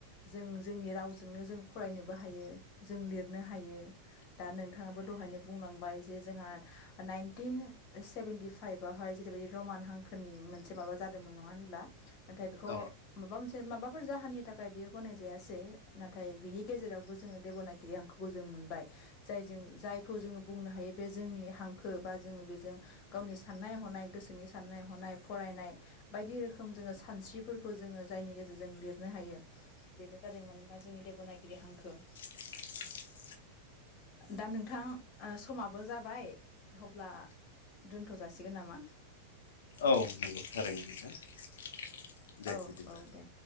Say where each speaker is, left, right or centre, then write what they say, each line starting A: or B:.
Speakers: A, on the left; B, on the left.
A: जों जोंनि रावजोंनो जों फरायनोबो हायो जों लिरनो हायो दा नोंथाङाबो दहायनो बुंलांबाय जे जोंहा नाइनटिन सेभेेनटिफाइभावहाय जेरैबायदि रमान हांखोनि मोनसे माबा जादोंमोन नङा होनब्ला नाथाय बेखौ
B: औ
A: माबा मोनसे माबाफोर जाहोननि थाखाय बेयो गनाय जायासै नाथाय बिनि गेजेरावबो जोङो देब'नागिरि हांखो खौ जों मोनबाय जायजों जायखौ जोङो बुंनो हायो बे जोंनि हांखो बा जोङो बेजों गावनि साननाय हनाय गोसोनि साननाय हनाय फरायनाय बायदि रोखोम जोङो सानस्रिफोरखौ जोङो जायनि गेजेरजों लिरनो हायो। बेनो जादों माने मा जोंनि देब'नागिरि हांखो।
B: <inaudible>
A: दा नोंथां समाबो जाबाय अब्ला दोनथ' जासिगोन नामा?
B: औ नंगौ थारैनो नोंथां। दे
A: औ
B: बिदिब्ला
A: औ दे।